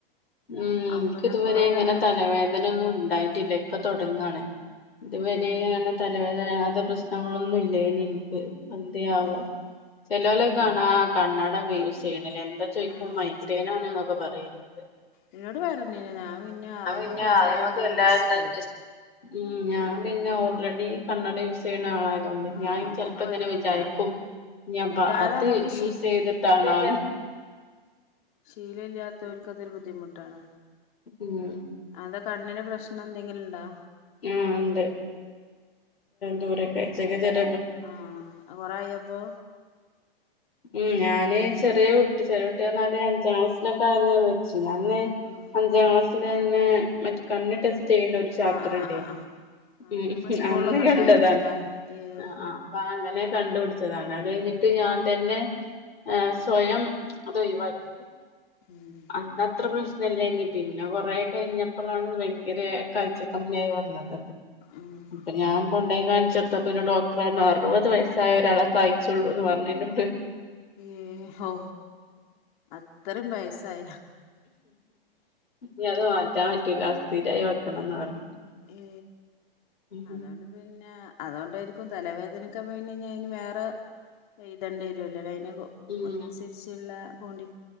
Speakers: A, on the left; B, on the left.
A: ഉം എനിക്ക്
B: അപ്പൊ നമ്മളൊരു
A: ഇതുവരെ എങ്ങനെ തലവേദനൊന്നും ഉണ്ടായിട്ടില്ല ഇപ്പൊ തുടങ്ങയാണ് ഇതുവരെ
B: ഏഹ്
A: അങ്ങനെ തലവേദനാത പ്രശ്നങ്ങളൊന്നും ഇല്ല എനിക്ക് അന്ത്യയാവോ
B: ഏഹ്
A: ചെിലോലൊക്കണ
B: ഏഹ്
A: കണ്ണാടൊക്കെ യൂസ് ചെയ്യണ എന്താ ചോദിക്ക
B: ആഹ്
A: മൈഗ്രേൻ ആാണ് എന്നൊക്കെ പറയരുത്
B: എന്നന്നോട് പറഞ്ഞന് ഞാൻ പിന്നെ ആദ്യമക്ക
A: പിന്നെ
B: എല്ലാ
A: അയിമക്ക് വല്ലാണ്ട്
B: ഇൻ്രസ്റ്റ്
A: ഇൻട്രസ്റ്റ് ഉം ഞാൻ പിന്നെ ഓൾറെഡി കണ്ണഡ യൂസ് ചെയ്യുന്ന ആളായി ണ്ട്
B: ആഹ്
A: ഞാൻ
B: അതുകൊണ്ട്
A: ചിലപ്പോ
B: കൊഴപ്പല്ല
A: ഇങ്ങനെ വിചാരിക്കും ഞാൻപ്പാ
B: ഇടാതെ
A: അത്
B: നമുക്ക്
A: യൂസ് ചെയ്തിട്ടാണോ
B: ശീല ഇല്ലാത്തവർക്ക് അതൊരു ബുദ്ധിമുട്ടാണ്
A: ഉം
B: അത കണ്ണിന്റെ പ്രശ്നം എന്തെങ്കിലും ഇണ്ടോ
A: ആ ഉണ്ട് ദൂരൊക്കെച്ചക്ക ച
B: ആ കൊറയപ്പോ
A: ഉം ഞാന് ചെറിയ കുട്ടി ചെറിയ കുട്ട പറഞ്ഞ ഒരു അഞ്ചാം ക്ലാസിലൊക്കെ ആയുന്നേ വെച്ചു അന്ന്
B: ഉം
A: അഞ്ചാം ക്ലാസ് ലായന്ന് മറ്റ് കണ്ണ് ടെസ് റ്റെയ്ണൊര് ചാപ്റ്ററ്ണ്ടേയ്
B: ആഹ് ആഹ് ആഹ് ആഹ് ആഹ്
A: ഉം
B: പിന്നെ നമ്മളെ സ്കൂളിലൊക്കെ
A: അന്ന്
B: ഉണ്ടായിരുന്നല്ലേ
A: കണ്ടതാണ്
B: ഏഹ്
A: അ ത്ത അപ്പ അങ്ങനെ കണ്ട് പിടിച്ചതാണ് അത് കഴിഞ്ഞിട്ട് ഞാ ന് സ്വയം ത് ഒയ് വാക്കി
B: ഉം
A: അന്നത്ര പ്രശ് നല്ലേനി പിന്നെ കൊറേ കയ്ഞ്ഞപ്പളാണ്ത് ഭയങ്കര കായ്ച കമ്മ്യായി വന്നത്
B: ഉം
A: അപ്പൊ ഞാൻ കൊ ണ്ടോയി കാണിച്ചെടുത്തപ്പന്നെ ഡോക്റർ പറഞ്ഞു അറുപത് വയസ്സായ ഒരാളെ കായ്ച്ചാെള്ളൂന്ന് പറഞ്ഞുന്നോട്
B: ഏ ഔ അ അത്റിം വയസായ
A: ഇനി അത് മാറ്റാൻ പറ്റൂല സ്ഥിരായി വെക്കണംന്ന് പറഞ്ഞു
B: എ
A: ഉം
B: അതോണ്ട് പിന്നെ അതോണ്ടായിരിക്കും തലവേദനക്കപ്പ പിന്നെഞ്ഞയ്ന് വേറെ എയ്തെണ്ടിരുല്ലോലെ അയ്ന് ഒ
A: ഉം
B: അയ്നൻസര്ച്ച്ള്ളെ കോണ്ടി